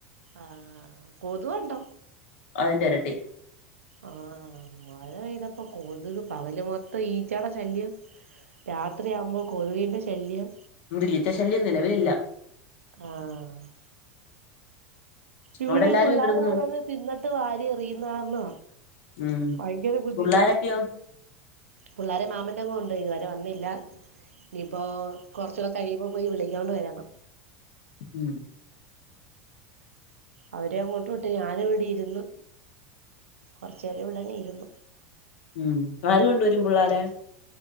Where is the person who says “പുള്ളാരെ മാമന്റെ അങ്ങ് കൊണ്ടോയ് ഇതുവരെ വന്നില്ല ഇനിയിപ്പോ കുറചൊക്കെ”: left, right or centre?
Right